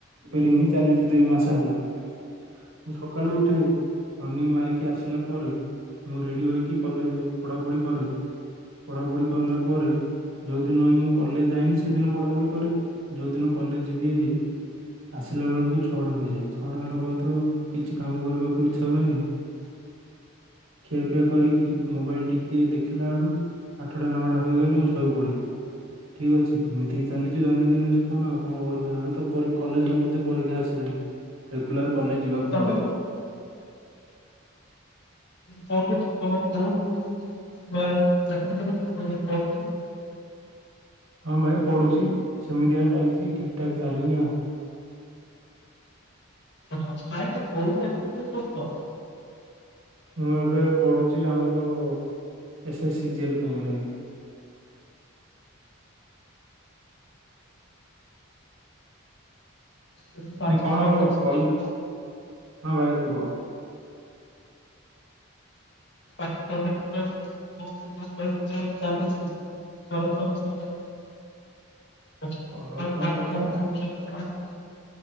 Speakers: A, on the right; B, on the left.
A: ଦିନି ଚାଲିଛି ଦୁଇ ମାସ ହେଲା ମୁଁ ସକାଳୁ ଉଠେ ରନିଂ ମାରିକି ଆସିଲା ପରେ ମୁଁ ରେଡ଼ି ହୋଇକି କଲେ ପଢାପଢ଼ି କରେ। ପଢାପଢ଼ି କଲା ପରେ ଯେଉଦିନ ମୁଁ କଲେଜ ଯାଇନି ସେଦିନ ପଢ଼ାପଢ଼ି କରେ ଯେଉଦିନ କଲେଜ ଯିବି ଏହି ଆସିଲା ବେଳକୁ ଛଅ ଟା ହୋଇଯାଏ ଛ ଟା ହେଲାବେଳତୁ କିଛି କାମ କରିବାକୁ ଇଚ୍ଛା ହୁଏନି।
B: ହ ହ।
A: ଖିଆପିଆ କରିକି ମୋବାଇଲ ଟିକେ ଦେଖିଲା ବଡୁ ଆଠଟା ନଅଟା ହେଇଗଲେ ମୁଁ ଶୋଇ ପଡ଼େ। ଠିକ୍ ଅଛି ଏମିତି ଚାଲିଛି ଦୈନନ୍ଦିନ ଜୀବନ ଆଉ କଣ କରିବା ଏବେ ତ ପରୀ କଲେଜରେ ମଧ୍ୟ ପରୀକ୍ଷା ଆସିଲାଣି ରେଗୁଲାର କଲେଜ ଯିବାକୁ
B: ତମେ
A: ପଡିବ।
B: କୁ କଣ କୁ ଚାକି <unintelligible>
A: ହଁ ଭାଇ ପଢୁଛି ସେମିତିଆ ଚାଲିଛି ଠିକ୍ ଠାକ୍ ଚାଲିନି ଆଉ।
B: ହ ନାଇଁ ନାଇଁ କୋଉଠି ଚାକିରି ଟେ କରୁଛ।
A: ମୁଁ ଏବେ ପଢୁଛି ଆମର ଏସ୍ ଏସ୍ ସି ଜଏଲ ପାଇଁ ଭାଇ।
B: ଏବେ ପାଠ
A: ନ କଣ
B: ପଢାପଢି
A: ହବ
B: କରୁଛ?
A: କଲ ହଁ ଭାଇ କୁହ।
B: <unintelligible> ଚାୁ <unintelligible> ପା
A: କରପସନ
B: ପାଠ
A: କଥା
B: ପଢା ପଢି ରେ କଣ୍।